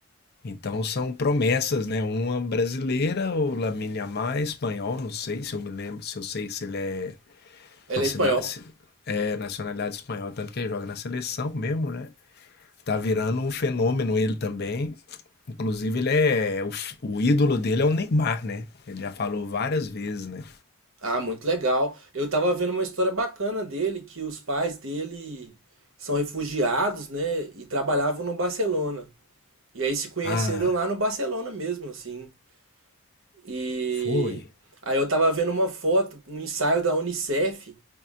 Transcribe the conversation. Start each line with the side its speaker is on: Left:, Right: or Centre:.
Left: Então são promessas, né? Uma brasileira, o Lamine Yamal é espanhol, não sei se eu me lembro, se eu sei se ele é com
Right: Ele
Left: a
Right: é
Left: cidade.
Right: espanhol.
Left: é nacionalidade espanhola, tanto que ele joga na seleção mesmo, né? Tá virando um fenômeno ele também. Inclusive, ele é. O, o ídolo dele é o Neymar, né? Ele já falou várias vezes, né?
Right: Ah, muito legal. Eu tava vendo uma história bacana dele, que os pais dele são refugiados, né? E trabalhavam no Barcelona. E aí se conheceram
Left: Ah,
Right: lá no Barcelona mesmo, assim. E
Left: foi.
Right: aí eu tava vendo uma foto, um ensaio da Unicef,